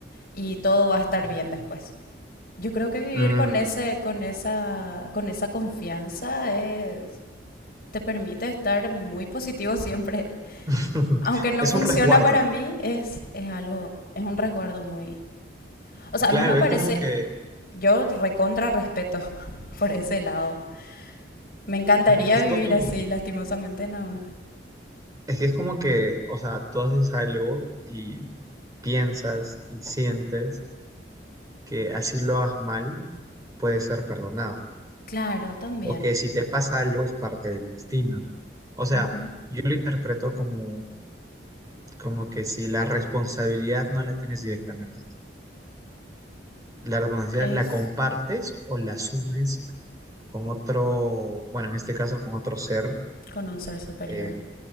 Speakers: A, on the left; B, on the right.
A: y todo va a estar
B: Ujú.
A: bien después. Yo creo que vivir
B: Mm.
A: con ese con esa con esa confianza es- te permite estar muy positivo siempre.
B: <laughs>
A: Aunque no
B: Es
A: funciona
B: un resguardo,
A: para
B: ¿no?
A: mí, es es algo es un resguardo muy O sea,
B: Claro,
A: a mí me parece
B: es como que,
A: yo recontra respeto <laughs> por ese lado. Me encantaría
B: es
A: vivir
B: como,
A: así, lastimosamente no.
B: es que es como que, o sea, tú haces algo y piensas y sientes que así lo hagas mal, puede ser perdonado.
A: Claro, también.
B: o que si te pasa algo es parte del destino. O sea,
A: Ujú.
B: yo lo interpreto como, como que si la responsabilidad no la tienes directamente tú. La responsabilidad
A: Es
B: la compartes o la asumes con otro, bueno, en este caso con otro ser,
A: con un ser superior.
B: eh,